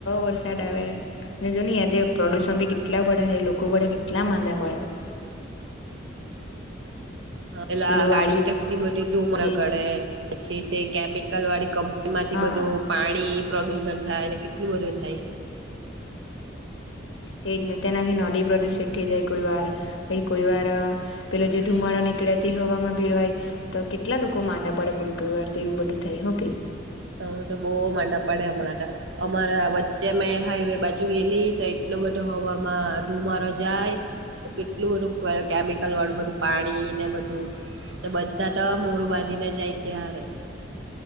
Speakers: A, on the left; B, on the right.
A: વરસાદ આવે અને જોની આજે પ્રદુષણ બી કેટલા બધા લોકો બળા કેટલા માંદા પડે.
B: <inaudible> પેલા
A: પેલું
B: ગાડી
A: આયુ
B: ટકલી બધી તું ઉમરા
A: એજ
B: કડે પછી તે કેમિકલ વાળી કંપ માંથી
A: હા
B: બધું પાણી પ્રદુષણ થાય કેટલું બધું થાય.
A: તે તેનાથી નડી પ્રદુષિત થઈ જાય કોઈ વાર પછી કોઈ વાર પેલો જે ધુમાડા નીકળેતી હવામાં ભીળવાય તો કેટલા લોકો માંડા પડે કોઈ કોઈ વાર એવું બધું થાય હું કેય?
B: હ તો બહુ માંડા પડે હમણાં અમારા, વચ્ચે મેં હાઈવે બાજુ ગેલી એટ એટલો બધો હવામાં ધુમારો જાય તો કેટલું બધું કેમિકલ વાળું બધું પાણી ને બધું તો બધા તો મોરું બાંધીને જાય ત્યારે